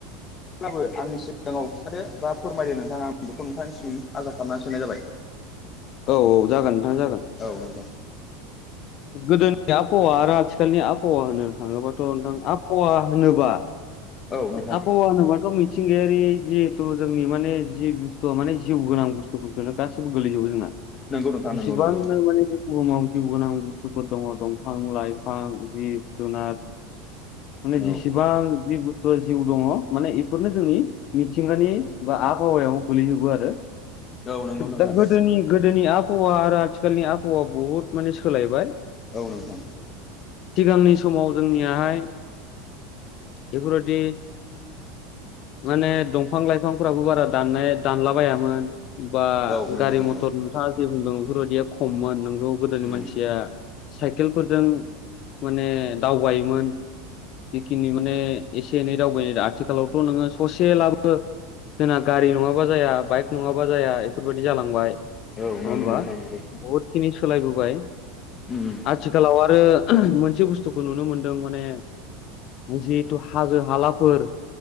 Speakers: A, on the left; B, on the left.
A: नाबबो आंनि सिगाङाव खिथादो बा फोरमायदो नोंथाङा आं बेखौ नोंथांनिसिम आसा खालामनानै सोनाय जाबाय।
B: औ औ जागोन नोंथां जागोन।
A: औ नोंथां
B: गोदोनि आबहावा आरो आथिखालनि आबहावा होनो थाङोबाथ' नोंथां आबहावा होनोबा
A: औ नोंथां
B: आबहावा होनोबाथ' मिथि मिथिंगायारि जिहेथु जोंनि माने जि बुस्थुआ माने जिउ गोनां बुस्थुफोरो गासिबो गोगलैजोबो जोंना
A: नंगौ नोंथां नंगौ
B: इसबां
A: नंगौ
B: नो माने बे बुहुमाव जिउ गोनां बुस्थुफोर दङ दंफां लाइफां जिब जुनार माने
A: औ
B: जिसेबां सोर जिउ दङ माने बेफोरनो जोंनि मिथिंगानि बा आबहावायाव गोलैजोबो आरो
A: औ नंगौ नोंथां
B: दा गोदोनि गोदोनि आबहावा आरो आथिखालनि आबहावा बहुद माने सोलायबाय।
A: औ नोंथां
B: सिगांनि समाव जोंनियाहाय बेफोरबायदि माने दंफां लाइफांफोराबो बारा दाननाय दानलाबायामोन। बा
A: औ नंगौ
B: गारि
A: नंगौ
B: मथर नोंथाङा जे बुंदों बेफोरबायदिया खममोन नोंगौ गोदोनि
A: उम
B: मानसिया साइकेलफोरजों माने दावबायोमोन जिखिनि माने एसे एनै दावबायनो आथिखालावथ' नोङो ससेलाबो जोंना गारि नङाबा जाया बाइक नङाबा जाया ऐफोरबायदि जालांबाय।
A: औ
B: नङा
A: नंगौ
B: होमबा
A: नोंथां नंगौ
B: <unintelligible> सोलायबोबाय
A: उम
B: आथिखालाव आरो मोनसे बुस्थुखौ नुनो मोनदों माने जि थु हाजो हालाफोर